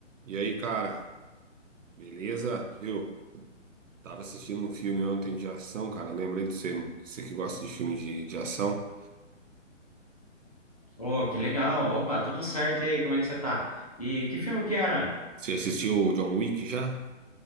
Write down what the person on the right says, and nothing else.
E aí, cara, beleza? Viu? Tava assistindo um filme ontem de ação, cara. Lembrei de você, mano. Você que gosta de filme de, de ação.
Você assistiu o John Wick já?